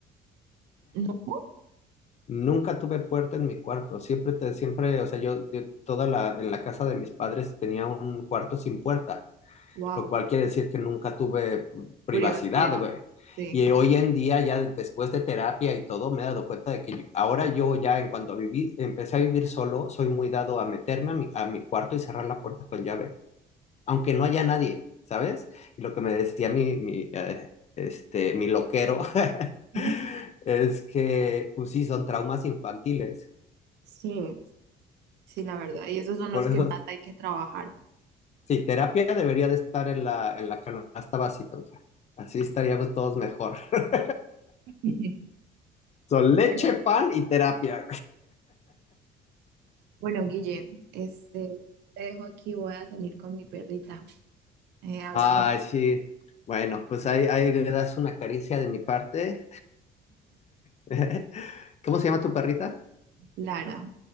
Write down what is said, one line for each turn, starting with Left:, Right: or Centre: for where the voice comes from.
Right: no.
Left: Nunca tuve puerta en mi cuarto, siempre, te, siempre, o sea, yo, yo toda la, en la casa de mis padres tenía un cuarto sin puerta,
Right: Wow,
Left: lo cual quiere decir que nunca tuve privacidad,
Right: privacidad,
Left: güey.
Right: sí.
Left: Y hoy en día, ya de- después de terapia y todo, me he dado cuenta de que yo- ahora yo ya, en cuanto viví, empecé a vivir solo, soy muy dado a meterme a mi, a mi cuarto y cerrar la puerta con llave, aunque no haya nadie, ¿sabes? Y lo que me decía mi, mi, eh, este, mi loquero
Right: ¿Mm?
Left: <laughs> es que, pues sí, son traumas infantiles
Right: Sí, sí, la verdad. Y esos son
Left: Por
Right: los
Left: eso,
Right: que más hay que trabajar.
Left: sí, terapia debería de estar en la, en la canasta básica, mija. Así estaríamos todos mejor. <laughs>
Right: <laughs>
Left: Son leche,
Right: Bueno,
Left: pan y terapia.
Right: bueno, Guille, este, te dejo aquí, voy a salir con mi perrita. Eh, hablamos,
Left: Ay, sí. Bueno, pues ahí, ahí le das una caricia de mi parte. <laughs> ¿Cómo se llama tu perrita?
Right: Lara.